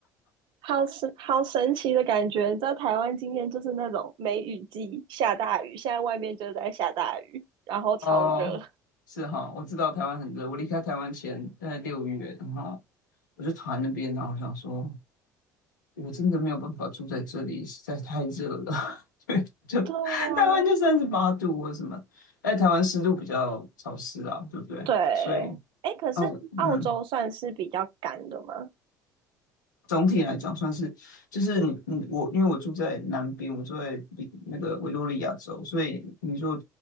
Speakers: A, on the right (about 55°); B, on the left (about 85°).
A: 好神，好神奇的感觉。你知道台湾今天就是那种梅雨季下大雨，现在外面就在下大雨，然后超热。
B: 哦，
A: <laughs>
B: 是哈，我知道台湾很热。我离开台湾前，在六月，然后我就躺在那边，然后我想说，我真的没有办法住在这里，实在太热了。<laughs> 就
A: 对呀，
B: 台湾就三十八度或什么，在台湾湿度比较潮湿啊，对不对？
A: 对。
B: 所以，
A: 哎，可是澳洲算是比较干的吗？
B: 哦，嗯，总体来讲算是，就是你你我，因为我住在南边，我住在比那个维多利亚州，所以你说